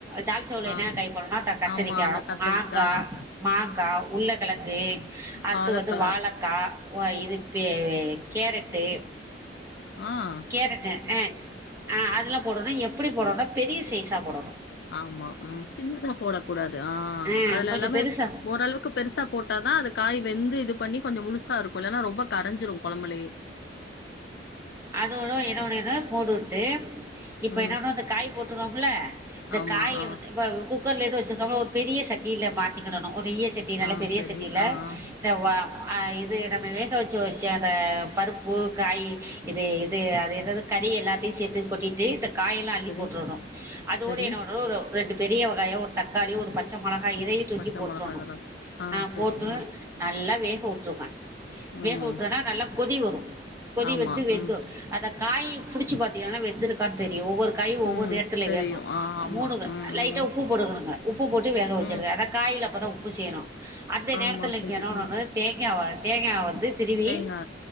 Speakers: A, on the right (about 15°); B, on the left (about 60°).
A: தால்ச்சாவ்ல
B: ஆ
A: என்னன்ன காய் போடனுனா கத்தரிக்கா
B: ஆமா அந்த கத்திரிக்கா
A: மாங்கா மாங்கா உள்ள கெழங்கு அடுத்து
B: பாலக்கா
A: வந்து வாழக்கா வா இதுப்பே கேரட்டு
B: ஆஹ்
A: கேரட்டு ஆ ஆ அதெலா போடணு எப்டி போடணுனா பெரிய சைஸா போடணு
B: ஆமா ம் சின்னதா போடக் கூடாது ஆஹ்
A: ஆ
B: அதுல
A: கொஞ்சம்
B: எல்லாமே
A: பெருசாக
B: ஓரளவுக்கு பெருசா போட்டாதா அது காய் வெந்து இது பண்ணி கொஞ்சம் முழுசா இருக்கும் இல்லன்னா ரொம்ப கரைஞ்சிரு கெழம்புலையே
A: அதோட என்னோட இத போட்டுவுட்டு இப்போ
B: ம்
A: என்னனு இந்த காய் போட்ருக்கோம்ல இந்த
B: ஆமா
A: காய
B: ஆ
A: வந் கௌ குக்கர்ல இருந்து வச்சிருக்காம ஒரு பெரிய சட்டில மாத்திக்கிடணு ஒரு ஈய சட்டில நல்ல
B: ஆ
A: பெரிய
B: சரி
A: சட்டில
B: ஆ ஆ
A: இந்த வா ஆ இது நம்ம வேக வெச்சு வெச்ச அந்த பருப்பு காயி இது இது அது என்னது கறி எல்லாத்தையு சேத்து கொட்டிட்டு காயெல்லா அள்ளி
B: சரி
A: போட்றணு அதோடு
B: சரி
A: என்ன பண்ணணு ஒரு ரெண்டு பெரிய வெங்காயோ ஒரு தக்காளி ஒரு பச்ச மொளகா இதையும் தூக்கி
B: பச்ச
A: போட்றோணு
B: மொளகா இதெல்லாம் ஆ
A: அஹ்
B: சரி
A: போட்டு
B: ஆ
A: நல்லா வேக உட்டுருவ வேக
B: ம்
A: உட்டவொனே நல்லா கொதி வரு கொதி
B: ஆமா.
A: வந்து வெந்து
B: ம்.
A: அத காய் புடிச்சு பாத்தீங்கனா வெந்துருக்கான் தெரியு ஒவ்வொரு கை ஒவ்வொரு
B: ம்.
A: நேரத்துல
B: தெரியும்.
A: வேகு
B: ஆ ஆமா.
A: மூணு
B: ம்,
A: லைட்டா
B: ம்,
A: உப்பு போடுக்குனுங்க உப்பு போட்டு வேக வச்சிரு
B: ம்.
A: அத காய்ல அப்பதா உப்பு சேரும் அந்த
B: ஆமா
A: நேரத்தில்ல
B: சரி.
A: இங்க என்ன
B: ஆ
A: பண்ணணு தேங்காவ தேங்கா வந்து திரிவி
B: தேங்கா